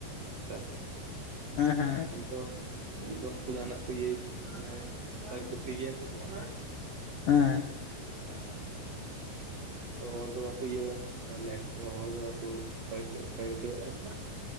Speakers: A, on the right (about 65°); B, on the left (about 75°).
A: ᱟᱪᱪᱷᱟ ᱟᱪᱪᱷᱟ
B: ᱦᱮᱸ
A: <inaudible> ᱟᱫᱚ ᱩᱱᱠᱩ ᱡᱟᱦᱱᱟᱜ ᱠᱚ ᱤᱭᱟᱹᱭ ᱜᱮᱭᱟ ᱵᱚᱞᱮ ᱠᱷᱚᱭ ᱠᱷᱩᱛᱤᱭ ᱜᱮᱭᱟ ᱠᱚ ᱥᱮ ᱵᱟᱝ?
B: ᱦᱮᱸ ᱾
A: ᱚᱻ ᱾ ᱫᱚ ᱦᱚᱲ ᱫᱚ ᱵᱟᱠᱚ ᱤᱭᱟᱹ ᱵᱟᱲᱟ ᱟᱠᱟᱜ ᱵᱚᱞᱮ ᱦᱚᱲ ᱫᱚ ᱵᱟᱠᱚ ᱠᱷᱚᱭ ᱠᱷᱩᱛᱤᱭ ᱟᱠᱟᱫᱟ ᱠᱚᱣᱟ?